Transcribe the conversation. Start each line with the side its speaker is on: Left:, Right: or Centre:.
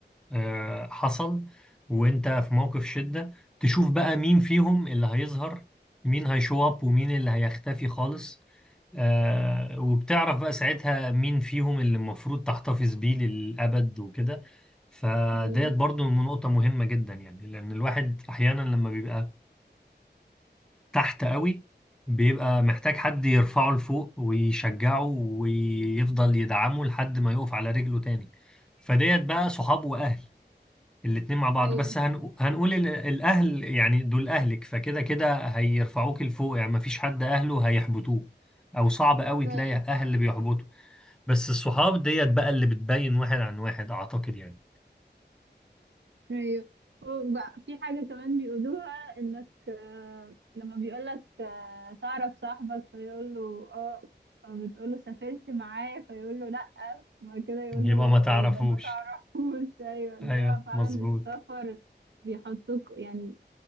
Centre: آه، حصل وانت في موقف شدة تشوف بقى مين فيهم اللي هيظهر مين هيشو اب ومين اللي هيختفي خالص آه، وبتعرف بقى ساعتها مين فيهم اللي المفروض تحتفظ بيه للأبد وكده فديت
Right: ايوه
Centre: برضو نقطة مهمة جدا يعني لأن الواحد أحيانا لما بيبقى تحت قوي بيبقى محتاج حد يرفعه لفوق ويشجعه ويفضل يدعمه لحد ما يقف على رجله تاني فديت بقى صحاب وأهل الاتنين مع بعض
Right: ايوه
Centre: بس هنقو- هنقول ال- الأهل يعني دول أهلك فكده كده هيرفعوك لفوق يعني مفيش حد أهله هيحبطوه أو صعب قوي
Right: ايوه
Centre: تلاقي أهل
Right: فا
Centre: اللي بيحبطوا بس الصحاب ديت بقى اللي بتبين واحد عن واحد أعتقد يعني
Right: ايوه وبقى في حاجة كمان بيقولوها انك آه، لما بيقولك آه، تعرف صاحبك فيقول له اه فبتقول له سافرت معاه فيقول له لا وبعد كده يقول
Centre: يبقى
Right: له
Centre: ما تعرفوش
Right: يبقى ما تعرفوش <laughs> ايوه اللي
Centre: أيوه
Right: هو فعلا
Centre: مظبوط
Right: السفر بيحطك يعني